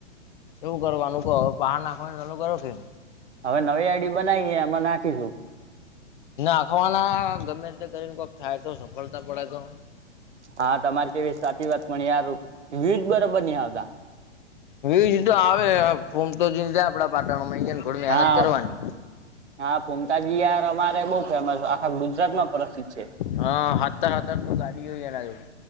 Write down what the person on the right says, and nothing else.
હવે નવી આઈડી બનાવીએ એમાં નાખીશું.
હા તમારે કેવી સાચી વાત પણ યાર વ્યુજ બરોબર નહી આવતા.
હા
હા ફોમતાજીયાર અમારે બઉ ફેમસ આખા ગુજરાત માં પ્રસિદ્ધ છે.